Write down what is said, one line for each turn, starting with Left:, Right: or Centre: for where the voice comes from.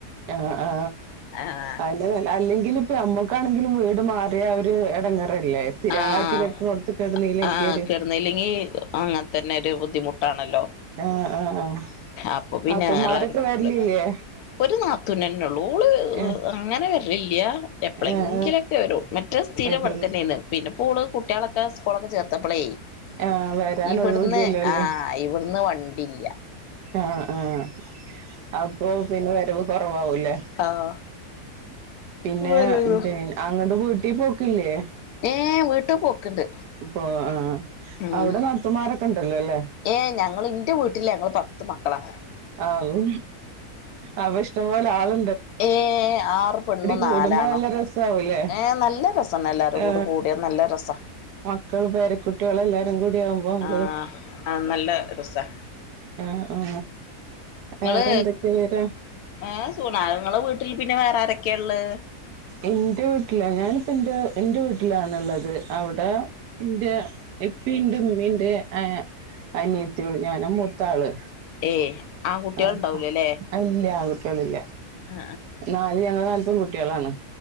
Right: ആ ആ
Left: ആഹ്
Right: അ നല്ല അല്ലെങ്കിൽ ഇപ്പ അമ്മക്കാണെങ്കിലും വ ട് മാറിയ ഒരു ഇടംങ്ങറല്ലേ സ്ഥിരായിട്ട്
Left: ആഹ്
Right: കെട്ക്കുന്നോട്ത കെ ട്നീല്ലെങ്കി
Left: ആഹ്
Right: ഒരു
Left: കിടന്നില്ലെങ്കി അങ്ങനെ തന്നെ ഒരു ബുദ്ധിമുട്ടാണല്ലോ
Right: ആഹ് ആഹ്
Left: അപ്പൊ പിന്നെ
Right: നാത്തൂന്മാരൊക്കെ
Left: ന <unintelligible>
Right: വരലില്ലേ
Left: ഒരു നാത്തുനനെ ഉള്ളൂ ഓള്
Right: ഏഹ്
Left: അങ്ങനെ വരലില്ല എപ്പ്ള
Right: ഏഹ്
Left: ങ്കിലൊക്കെ വരുള്ളൂ മറ്റേ സ്ഥിരം
Right: വരുള്ളൂ
Left: ബട് തന്നെയാണ്. പിന്നെപ്പോള് കുട്ട്യാളൊക്കെ സ്കൂളൊക്കെ ചേർത്തപ്പളേ
Right: ആഹ് വരാൻ
Left: ഇവിടുന്ന്
Right: ഒഴിവില്ലല്ലോ അല്ലേ
Left: ആഹ ഇവിടുന്ന് വണ്ടില്ല
Right: ആഹ ആഹ അപ്പൊ പിന്നെ വരവ് കൊറവാവൂലേ
Left: ആഹ്
Right: പിന്നെ
Left: വരൂ
Right: അങ്ങട്ട വീട്ടി പോക്കില്ലേ
Left: ഏ വീട്ട് പോക്ക്ണ്ട്
Right: ഇപ്പൊ ആ
Left: ഉം
Right: അവിടെ നാ ത്തുമാരൊക്കെ ഇണ്ടല്ലോ അല്ലേ
Left: ഏ ഞങ്ങള് ഇന്റെ വീട്ടില് ഞങ്ങള് പത്ത് മക്കളാ
Right: ആവൂ അപ്പൊ ഇഷ്ടം പോലെ ആള്
Left: ഏ ആറ് പെണ്ണും
Right: കൂടുമ്പോ
Left: നാലാണും
Right: നല്ല രസാവൂല്ലേ
Left: ഏ നല്ല രസാണ് എല്ലാരും
Right: ആ
Left: കൂടി കൂടി നല്ല രസ
Right: മക്കള് പേരക്കുട്ടികള് എല്ലാരും കൂടി ആകുമ്പോ നല്ല
Left: ആ ആ നല്ല രസ സ
Right: അ ആ
Left: നിങ്ങള്
Right: വേറെ എന്തൊക്കെയ വിവരം
Left: ഏ സുണ നിങ്ങളെ വീട്ടിൽ പിന്നെ വേറെ ആരൊക്കെയ ഇള്ളേ
Right: എന്റെ വീട്ടില ഞാനിപ്പ ന്റെ എന്റെ വീട്ടിലാണ്ള്ളത്. അവിടെ ഇന്റെ പ്പീണ്ട് ഇമ്മീം ണ്ട് അനിയത്തിയളും ഞാനാ മൂത്താള്.
Left: ഏ ആൺകുട്ടികൾ
Right: ആപ്പ
Left: ഉണ്ടാവൂലല്ലേ
Right: അല്ലേ ആ ന്നില്ല
Left: ആ
Right: നാല് ഞങ്ങൾ നാല് പെൺ കുട്ടികളാണ്